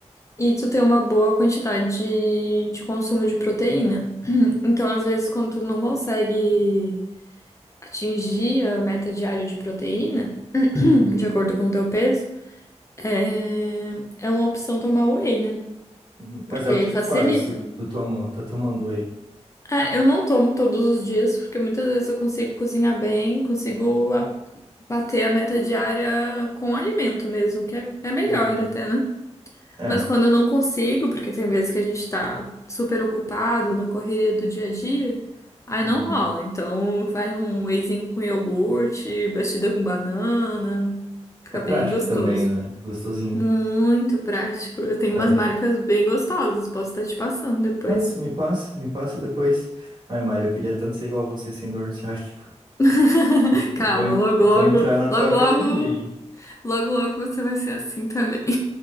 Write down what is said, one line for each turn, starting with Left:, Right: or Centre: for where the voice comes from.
Left: E tu ter uma boa quantidade de, de consumo de proteína. Então, às vezes, quando tu não consegue atingir a meta diária de proteína, <clears throat>
Right: Uhum,
Left: de acordo com o teu peso, é, é uma opção tomar whey, né?
Right: uhum. Mas
Left: Porque
Right: é o
Left: aí
Right: que tu
Left: facilita.
Right: faz, tu, tu toma, tá tomando whey.
Left: É, eu não tomo todos os dias, porque muitas vezes eu consigo cozinhar bem, consigo a- bater a meta diária com alimento mesmo, que é, é melhor
Right: Uhum.
Left: até, né?
Right: É.
Left: Mas quando eu não consigo, porque tem vezes que a gente tá super ocupado na correria do dia a dia, aí
Right: Uhum.
Left: não rola. Então vai um wheyzinho com iogurte, batida com banana, fica
Right: É prático
Left: bem gostoso.
Right: também, né? Gostosinho.
Left: Muito prático. Eu tenho
Right: Aí.
Left: umas marcas bem gostosas, posso estar te passando depois.
Right: Ah, se me passa, me passa depois. Ai, Mário, eu queria tanto ser igual a você sem dor no ciático.
Left: <laughs>
Right: Vou,
Left: Calma,
Right: en-
Left: logo, logo,
Right: vou entrar na
Left: logo,
Right: tua academia
Left: logo,
Right: aí.
Left: logo, logo você vai ser assim também.